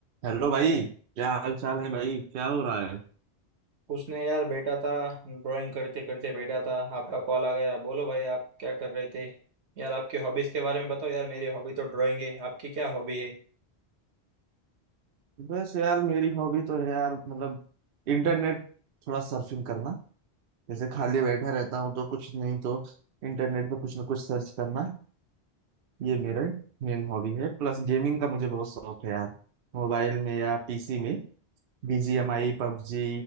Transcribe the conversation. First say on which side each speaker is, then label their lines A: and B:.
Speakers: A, on the right; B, on the right.
A: Hello भाई क्या हाल चाल है भाई क्या हो रहा है
B: उसने यार बैठा था ड्राइंग करते करते बैठा था आपका कॉल आ गया बोलो भाई आप क्या कर रहे थे यार आपकी हॉबीज के बारे में बताओ यार मेरी हॉबी तो ड्राइंग है आपकी क्या हॉबी है
A: बस यार मेरी हॉबी तो है यार मतलब इंटरनेट थोड़ा सर्फिंग करना जैसे खाली बैठा रहता हूँ तो कुछ नहीं तो इंटरनेट पे कुछ ना कुछ सर्च करना ये मेरा मेन हॉबी है प्लस गेमिंग का मुझे बहुत शौक है यार मोबाइल में या पीसी में बीजीएमआई पबजी